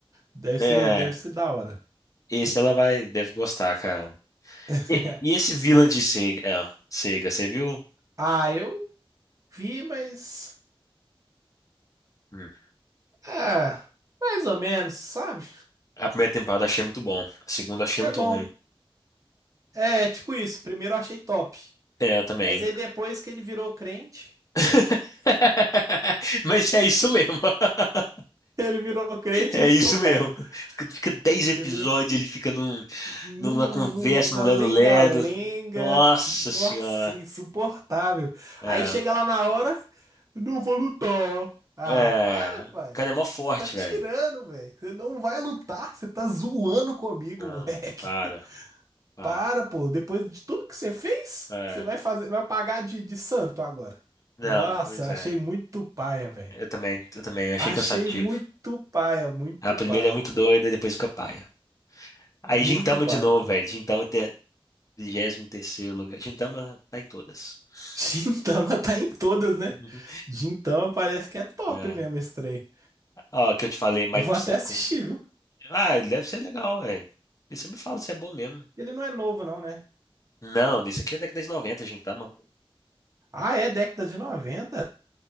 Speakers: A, on the right (about 35°); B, on the left (about 35°).
A: Deve ser,
B: É,
A: deve ser da hora.
B: esse ela vai, deve gostar, cara.
A: <laughs>
B: E, e esse vilã de Sega, é, Sega, você viu?
A: Ah, eu vi, mas.
B: Hum.
A: Ah, mais ou menos, sabe?
B: A primeira temporada achei muito bom, a segunda achei
A: É
B: muito
A: bom.
B: ruim.
A: É, tipo isso. Primeiro eu achei top.
B: É, eu também.
A: Mas aí depois que ele virou crente,
B: <laughs> Mas é isso mesmo. <laughs>
A: <laughs> ele virou crente
B: É
A: e ficou
B: isso
A: paia.
B: mesmo. Fica fica 10
A: Entendeu?
B: episódios, ele fica num,
A: num-
B: numa conversa
A: numa
B: no Lero
A: lenga-lenga,
B: Lero. Nossa
A: nossa,
B: senhora.
A: insuportável.
B: É,
A: Aí chega lá na hora, não vou lutar. Ah,
B: é,
A: para, pai.
B: o cara é mó forte,
A: Você tá tirando,
B: velho.
A: velho. Você não vai lutar, você tá zoando comigo,
B: Não,
A: moleque.
B: para,
A: <laughs>
B: para.
A: Para, pô. Depois de tudo que você fez,
B: É,
A: você vai fazer, vai pagar de, de santo agora.
B: não,
A: Nossa,
B: pois é.
A: achei muito paia, velho.
B: Eu também, eu também, eu achei
A: Achei
B: cansativo.
A: muito paia, muito
B: A primeira
A: paia,
B: é muito
A: pô.
B: doida, depois fica paia. Aí
A: Muito
B: Gintama
A: paia,
B: de novo,
A: pô.
B: velho. Gintama até 23 terceiro lugar. Gintama tá em todas. <laughs>
A: Gintama tá em todas, né?
B: Uhum.
A: Gintama parece que é top
B: É.
A: mesmo esse trem.
B: Ó, que eu te falei, My
A: Eu vou
B: Psycho.
A: até assistir, viu?
B: Ah, ele deve ser legal, velho. E você me fala se é bom mesmo.
A: Ele não é novo, não, né?
B: Não, isso aqui é década de 90, Gintama.
A: Ah, é década de 90.